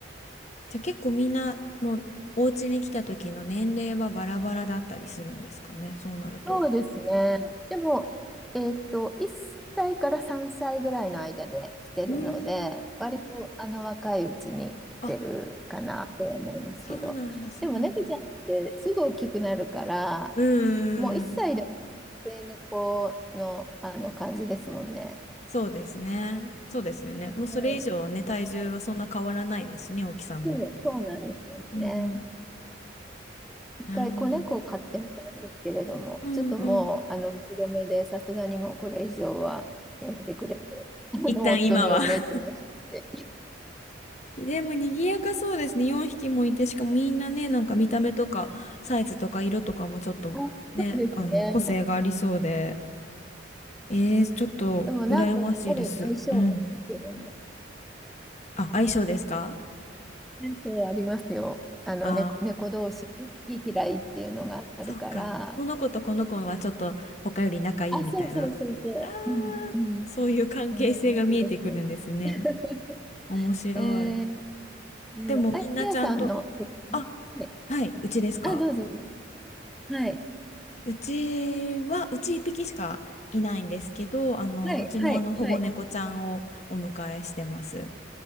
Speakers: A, on the left; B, in the centre.
A: じゃあ結構みんなもうお家に来た時の年齢はバラバラだったりするんですかね、そうなると。
B: そうですね。でも、えーっと、1歳から3歳ぐらいの間で来てるので、
A: うーん。
B: 割とあの若いうちに来てるかなとは思いますけど、
A: あ、そうなんだ、そうなんだ。
B: でも猫ちゃんってすぐ大きくなるから、
A: うーん、
B: もう1歳で成猫の、あの感じですもんね。
A: そうですね。そうですよね。もうそれ以上はね、
B: はい。
A: 体重はそんな変わらないですしね、
B: はい。
A: 大きさも。
B: そう、そうなんですよね。
A: うんうん。
B: 一回子猫を飼ってみたいんですけれども、
A: なるほど。うんうん。
B: ちょっともう、あの、打ち止めで、さすがにもうこれ以上はやめてくれと、あの、
A: 一旦今は
B: 夫に言われてまして。
A: <laughs> でも賑やかそうですね。4匹もいて、しかもみんなね、なんか見た目とかサイズとか色とかもちょっとね、
B: あ、そうですね。
A: あの個性がありそうで。えー、ちょっと羨ましいです。
B: でもなんかやっぱり相性はあるけどもね。
A: うん。あ、相性ですか
B: 相性はありますよ。あの、
A: ああ
B: 猫猫同士ね、好き嫌いっていうのがあるから。
A: ー、そうか。この子とこの子はちょっと他より仲いいみたいな。
B: あ、そうそうそうそう。
A: あーそういう関係性が見えてくるんですね。
B: うん、うん。そんな感じです。<laughs>
A: 面白い。
B: えー、えーあやさんのところの、
A: でもみんなちゃんと、あ、
B: はい。
A: はい、うちですか
B: あ、どうぞ。はい。
A: うちは、うち一匹しかいないんですけど、あの、
B: はい、
A: うちもあの保護猫ちゃんをお迎えしてます。
B: はい、はい。